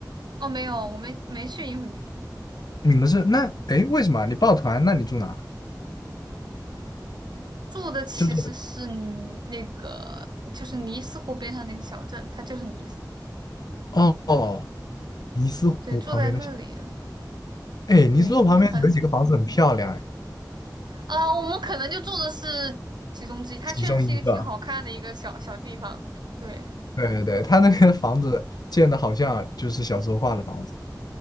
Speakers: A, on the right; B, on the left.
A: 哦，没有，我没没去英弗尼斯，
B: 你们是那哎，为什么啊你报团？那你住哪啊？
A: 住的其实是尼那个就是尼斯湖边上那个小镇，
B: 就是
A: 它就是尼斯，
B: 哦哦，尼斯湖旁边的小，
A: 对，住在那里了。
B: 哎，
A: 对，
B: 尼斯湖旁边有几个房子很漂亮，
A: 很
B: 哎，
A: 啊，我们可能就住的是其中之一，它确实是一个挺好看的一个小小地方。
B: 其中一个，
A: 对，
B: 对对对，他那边的房子建的好像就是小时候画的房子。